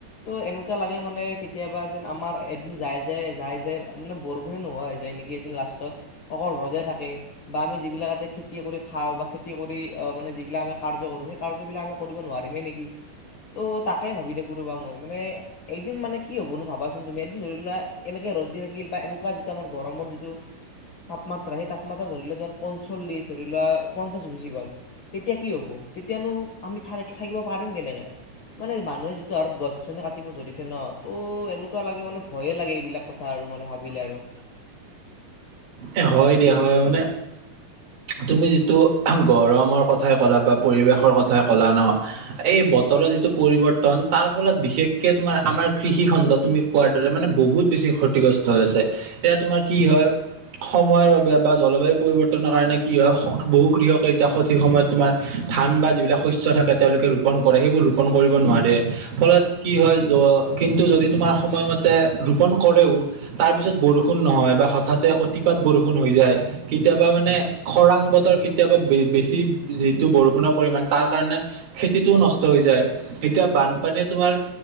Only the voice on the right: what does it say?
এ হয় দিয়া, হয় মানে। তুমি যিটো গৰমৰ কথাই ক'লা বা পৰিৱেশৰ কথাই ক'লা ন এই বত তৰ যিটো পৰিৱৰ্তন তাৰ ফলত বিশেষকৈ তোমাৰ আমাৰ কৃষিখণ্ড তুমি কোৱাৰ দৰে মানে বহুত বেছি ক্ষতিগ্ৰস্ত হৈ আছে, এতিয়া তোমাৰ কি হয় সময়ৰ বাবে বা জলবায়ু পৰিৱৰ্তনৰ কাৰণে কি হয় বহু কৃষকে এতিয়া সঠিক সময়ত তোমাৰ ধান বা যিবিলাক শস্য থাকে তেওঁলোকে ৰোপন কৰে সেইবোৰ ৰোপন কৰিব নোৱাৰে ফলত কি হয় জ কিন্তু যদি তোমাৰ সময়মতে ৰোপণ কৰেও তাৰ পিছত বৰষুণ নহয় বা হঠাতে অতিপাত বৰষুণ হৈ যায় কেতিয়াবা মানে খৰাং বতৰ কেতিয়াবা বেছি যিটো বৰষুণৰ পৰিমাণ তাৰ কাৰণে খেতিটোও নষ্ট হৈ যায় এতিয়া বানপানীয়ে তোমাৰ